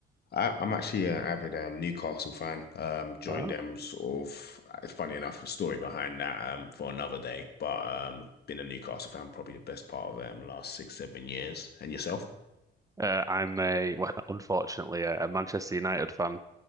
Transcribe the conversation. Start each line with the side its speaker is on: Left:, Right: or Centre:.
Left: I, I'm actually an avid um, Newcastle fan. Um, joined
Right: Ah.
Left: them sort of. It's funny enough, a story behind that um, for another day. But um, been a Newcastle fan probably the best part of um last six, seven years. And yourself?
Right: Uh, I'm a well, <laughs> unfortunately, a, a Manchester United fan